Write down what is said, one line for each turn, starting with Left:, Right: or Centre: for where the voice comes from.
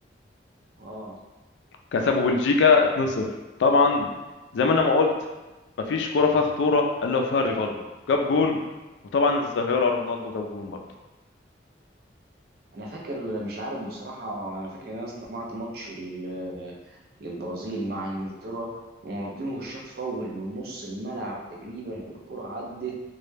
Right: اه
Left: كسبوا بلجيكا 2-0 طبعا زي ما انا ما قلت مفيش كرة فيها خطورة الا وفيها ريفالدو جاب جون وطبعا الظاهرة رونالدو جاب جون برضه
Right: انا فاكر مش عارف بصراحه انا فاكر ان انا استمعت ماتش ال- البرازيل مع انجلترا ورونالدينو الشاط فول من نص الملعب تقريبا الكره عدت